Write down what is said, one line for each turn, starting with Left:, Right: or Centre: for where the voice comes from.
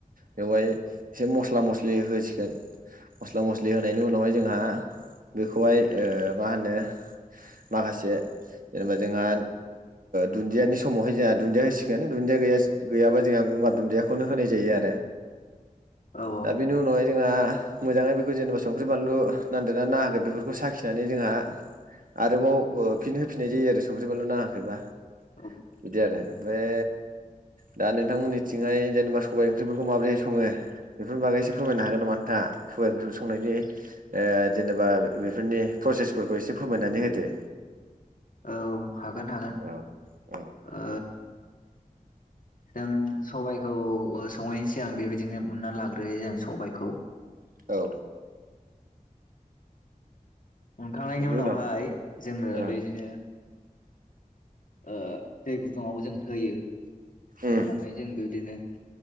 Right: बेवहाय एसे मस्ला मस्लि होसिगोन मस्ला मस्लि <unintelligible> उनावहाय जोंहा बेखौहाय ओ मा होनो माखासे जेनेबा जोंहा दुन्दियानि समावहाय जोंहा दुन्दिया होसिगोन दुन्दियाैया गैयाबा जोंहा गंगार दुन्दियाखौनो होनाय जायो आरो
Left: औ
Right: दा बेनि उनावहाय जोंहा मोजाङै बेखौ जेनेबा संख्रि बानलु नांदो ना नाङाखो बेफोरखौ साखिनानै जोंहा आरोबाव फिन फिनाय जायो आरो संख्रि बानलु नाङाखैबा
Left: औ
Right: बिदि आरो ओमफ्राय दा नोंथांमोननिथिंहाय जेनेबा सबायाइ ओंख्रिफोरखौ माबोरैह सङो बेफोरनि बागै एसे फोरायनो हागोन नामा नोंथाङा? सबाय ओंख्रिखौ संनायनि ओ जेनेबा बेफोरनि प्रसेस फोरखौ एसे फोरमायनानै होदो
Left: औ हागोन हागोन
Right: ओ औ औ
Left: ओ जों सबायखौ संनायनि सिगां बेबायदिनो उनना लाग्रोयो जों सबायखौ
Right: औ
Left: उनखांनायनि
Right: बेनि
Left: उनावहाय
Right: उनाव
Left: जोङो
Right: ओ
Left: बिदिनो ओ दै गुदुङाव जों होयो होननानै
Right: उम
Left: जोंबो बिदिनो